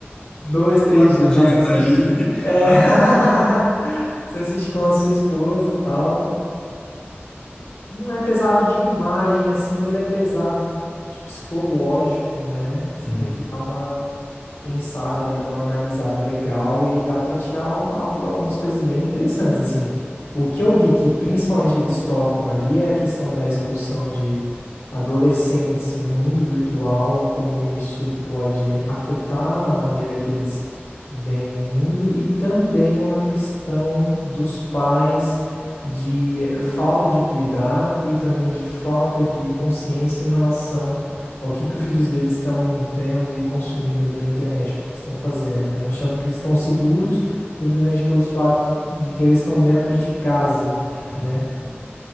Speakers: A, on the left; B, on the left.
A: Dois, três
B: Quatro
A: dias
B: dias
A: dá pra assistir.
B: aí, <laughs>
A: É.
B: eu acho.
A: <laughs> Você assiste com a sua esposa e tal. Não é pesado de imagem, assim, mas ele é pesado de psicológico, né? Você
B: Uhum.
A: tem que dar uma pensada ali, dá uma analisada legal e dá pra tirar um- algo- algumas coisas bem interessantes, assim. O que eu vi que principalmente eles tocam ali é a questão da expulsão de adolescentes no mundo virtual e como isso pode afetar a maneira que eles veem o mundo e também uma questão dos pais de eh, falta de cuidado e também de falta de consciência em relação ao que que os filhos deles estão vendo e consumindo ali na internet, o que que eles estão fazendo, né? Achando que eles estão seguros simplesmente pelos fatos de que eles estão dentro de casa,
B: Uhum,
A: né?
B: uhum.